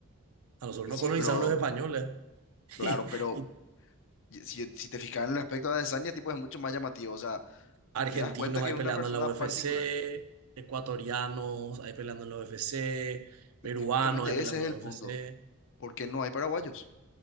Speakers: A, on the right; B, on the left.
A: a nosotros
B: Y
A: nos
B: sí,
A: colonizaron
B: pero,
A: los españoles. <laughs>
B: claro,
A: Y
B: pero
A: y
B: y- si, si te fijas en el aspecto de Adesanya, tipo, es mucho más llamativo, o sea,
A: argentinos
B: te das cuenta que
A: ahí
B: es
A: peleando
B: una persona
A: en la UFC,
B: particular.
A: ecuatorianos ahí peleando en la UFC,
B: Y,
A: peruanos
B: y justamente
A: ahí peleando
B: ese es
A: en
B: el
A: la
B: punto,
A: UFC.
B: porque no hay paraguayos.